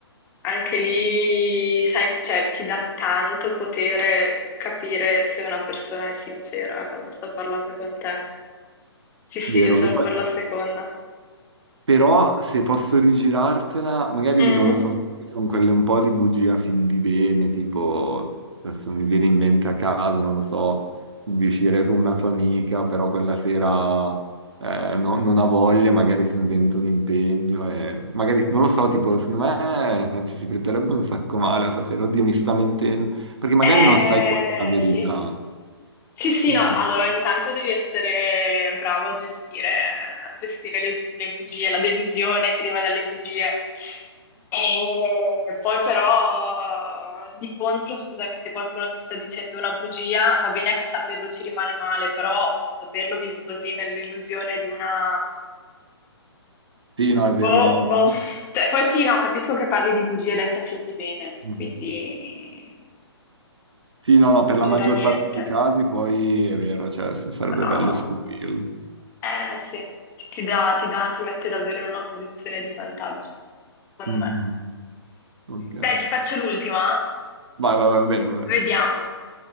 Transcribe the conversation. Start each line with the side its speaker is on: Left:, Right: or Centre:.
Left: Anche lì, sai, cioè, ti dà tanto potere capire se una persona è sincera quando sta parlando con te. Sì, sì,
Right: Vero.
Left: io sono per la seconda.
Right: Però se posso rigirartela, magari
Left: Mm.
Right: non lo so, sono quelle un po' di bugia fin di bene, tipo adesso mi viene in mente a caso, non lo so, di uscire con una tua amica, però quella sera eh, no- non ha voglia, magari si inventa un impegno e magari non lo so, tipo secondo me eh, ci si prenderebbe un sacco male a sapere, oddio, mi sta mentendo, perché magari
Left: Eh,
Right: non sai qual è la verità.
Left: sì. Sì, sì,
Right: Mhm.
Left: no, allora intanto devi essere bravo a gestire, a gestire le, le bugie, la delusione che arriva dalle bugie. E poi però, eh, di contro, scusami, se qualcuno ti sta dicendo una bugia, va bene che saperlo ci rimane male, però saperlo vivi così nell'illusione di una...
Right: Sì, no, è vero.
Left: Boh, boh. Cioè, poi sì, no, capisco che parli di bugie dette a fin di bene,
Right: Mhm.
Left: quindi
Right: Sì, no, no,
Left: bugie
Right: per la maggior
Left: da niente,
Right: parte dei casi poi è vero, cioè s- sarebbe
Left: però...
Right: bello scoprirlo.
Left: Eh sì, ti, ti dà, ti dà, ti mette davvero in una posizione di vantaggio, secondo
Right: Mm,
Left: me.
Right: ok.
Left: Dai, ti faccio l'ultima? eh?
Right: Vai, vai, vai, va bene, va bene.
Left: Vediamo.